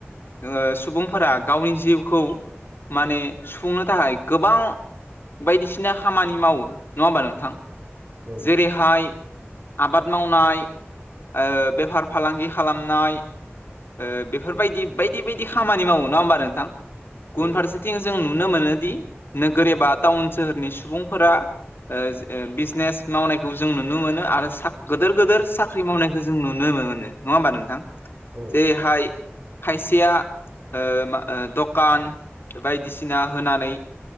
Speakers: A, on the left (about 55°); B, on the right (about 40°).
A: ओ सुबुंफोरा गावनि जिउखौ माने सुफुंनो थाखाय गोबां बायदिसिना खामानि मावो नङा होमबा नोंथां।
B: औ
A: रेहाय आबाद मावनाय। ओ बेफार फालांगि खालामनाय। ओ बेफोरबायदि बायदि बायदि खामानि मावो नङा हबा नोंथां
B: औ
A: गुबुन फारसे थिं जों नुनो मोनो दि नोगोर एबा टाउन सोहोरनि सुबुंफोरा ओज ओ बिजनेस मावनायखौ जों नुनो मोनो आरो साब गोदोर गोदोर साख्रि मावनायखौ जों नुनो मोनो नङा होमबा नोंथां।
B: औ
A: जेरै हाय खायसेया ओ मा दखान। बायदिसिना होनानै